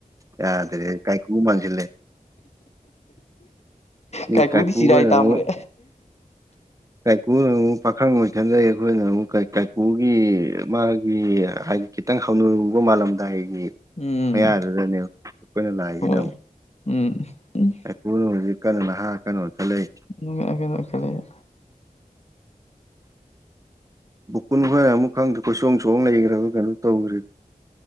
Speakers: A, on the right; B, on the left.
A: ꯌꯥꯗ꯭ꯔꯦ ꯀꯥꯏꯈꯨ ꯃꯥꯟꯁꯤꯜꯂꯦ ꯃꯤ
B: ꯀꯥꯏꯀꯨꯗꯤ
A: ꯀꯥꯏꯀꯨꯒꯅ
B: ꯁꯤꯔꯥꯏ ꯇꯥꯡꯕꯅꯦ
A: ꯑꯃꯨꯛ ꯀꯥꯏꯀꯨꯅ ꯑꯃꯨꯛ ꯄꯥꯈꯪ ꯑꯣꯏ ꯈꯟꯗꯩ ꯑꯩꯈꯣꯏꯅ ꯑꯃꯨꯛ ꯀꯥꯏꯀꯨꯒꯤ ꯃꯥ ꯍꯥꯏꯗꯤ ꯈꯤꯇꯪ ꯍꯧꯅꯔꯨꯕ ꯃꯥꯜꯂꯝꯗꯥꯏ ꯍꯥꯏ
B: ꯎꯝ
A: ꯃꯌꯥꯗꯨꯗꯅꯦꯕ ꯑꯩꯈꯣꯏꯅ ꯂꯥꯛꯏꯁꯤꯅ
B: ꯍꯣꯏ ꯎꯝ ꯎ
A: ꯑꯩꯈꯨꯅ ꯍꯧꯖꯤꯛ ꯀꯩꯅꯣ ꯅꯍꯥ ꯀꯩꯅꯣ ꯈ ꯂꯩ
B: ꯑꯩꯀꯦꯗꯀꯦꯂ
A: ꯕꯣꯀꯨꯟ ꯍꯣꯏ ꯑꯃꯨꯛ ꯈꯪꯗꯦ ꯀꯣꯏ ꯆꯣꯡ ꯁꯣꯡ ꯂꯩꯈ꯭ꯔꯒ ꯀꯩꯅꯣ ꯇꯧꯈ꯭ꯔꯦ